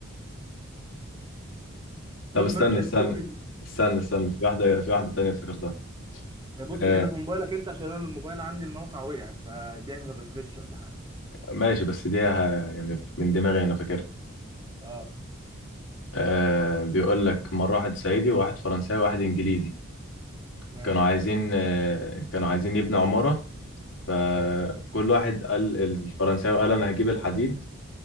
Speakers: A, on the left; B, on the right.
A: طب
B: طب
A: استنى
B: ما انت الكوميدي
A: استنى استنى استنى في واحدة في واحدة تانية افتكرتها
B: بص
A: آه،
B: كده في موبايلك انت عشان انا الموبايل عندي الموقع وقع فبيعمل ريفرش ولا حاجة
A: ماشي بس دي ه- يعني من دماغي انا فاكر
B: اه
A: آه بيقول لك مره واحد صعيدي وواحد فرنساوي وواحد انجليزي
B: ماشي
A: كانوا عايزين آه كانوا عايزين يبنوا عماره فكل
B: اه
A: واحد قال الفرنساوي قال انا هجيب الحديد